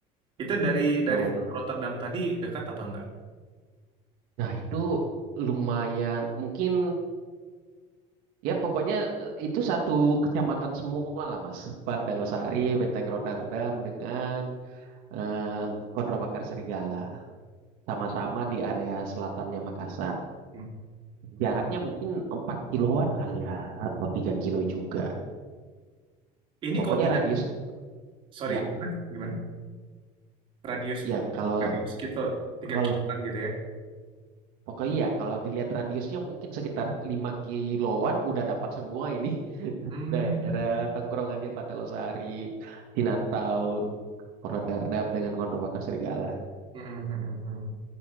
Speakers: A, on the right; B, on the right.
A: Itu dari dari
B: Betul.
A: Fort Rotterdam tadi dekat apa enggak?
B: Nah itu lumayan mungkin ya pokoknya eh, itu satu kecamatan semua lah Mas. Pantai Losari, Benteng Rotterdam dengan eh, Konro Bakar Serigala. Sama-sama di area selatannya Makassar.
A: Hmm.
B: Jaraknya mungkin 4 kiloan kali ya atau 3 kilo juga.
A: Ini
B: Pokoknya
A: kok dia
B: radius
A: sorry
B: ya
A: gimana? Gimana? Radius
B: ya kalau
A: radius sekitar tiga
B: kalau
A: kiloan gitu ya.
B: pokoknya ya kalau dilihat radiusnya mungkin sekitar 5 kiloan udah dapat semua ini <laughs>
A: Hmm.
B: daerah tongkrongannya Pantai Losari, Chinatown, Rotterdam dengan Konter Bakar Serigala.
A: Hmm, hmm, hmm, hmm.